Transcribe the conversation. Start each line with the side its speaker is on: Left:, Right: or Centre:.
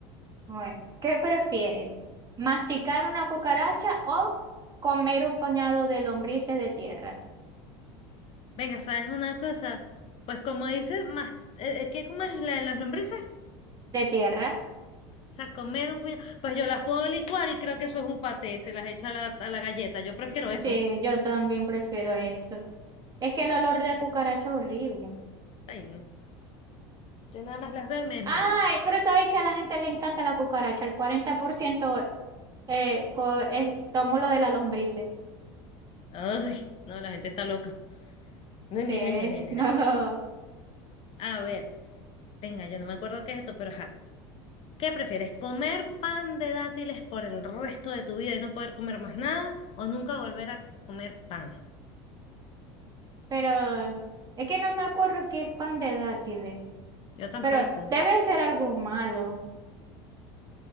Right: Bueno, ¿qué prefieres? ¿Masticar una cucaracha o comer un pañado de lombrices de tierra?
Left: Venga, ¿sabes una cosa? Pues como dice, más, eh, eh, ¿qué como es la de las lombrices?
Right: ¿De tierra?
Left: O sea, comer un puño. Pues yo las puedo licuar y creo que eso es un paté, se las echo a la, a la galleta. Yo prefiero
Right: Sí,
Left: eso.
Right: yo también prefiero eso. Es que el olor de cucaracha es horrible.
Left: Ay, no. Yo nada más las veo y me desmayo.
Right: Ay, pero sabéis que a la gente le encanta la cucaracha. El cuarenta por ciento. eh, co- es- tomó lo de la lombrices.
Left: Ay, no, la gente está loca. No,
Right: Sí,
Left: no, no, no, no, no.
Right: <laughs>
Left: no.
Right: no.
Left: A ver, venga, yo no me acuerdo qué es esto, pero ajá. ¿Qué prefieres? ¿Comer pan de dátiles por el resto de tu vida y no poder comer más nada? ¿O nunca volver a comer pan?
Right: Pero es que no me acuerdo qué es pan de dátiles.
Left: Yo tampoco.
Right: Pero debe ser algo malo.